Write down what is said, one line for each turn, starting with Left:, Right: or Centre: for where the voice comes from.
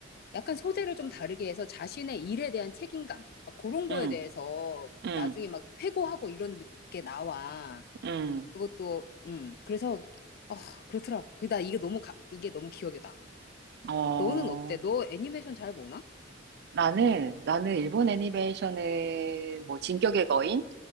Left: 약간 소재를 좀 다르게 해서 자신의 일에 대한 책임감, 막 그런 거에
Right: 응,
Left: 대해서
Right: 응,
Left: 나중에 막 회고하고 이런 느- 게 나와.
Right: 응.
Left: 그것도, 음, 그래서, 어, 그렇더라고. 그다 이게 너무, 가- 이게 너무 기억에 나.
Right: 어.
Left: 너는 어때? 너 애니메이션 잘 보나?
Right: 나는, 나는 일본 애니메이션은 뭐, 진격의 거인?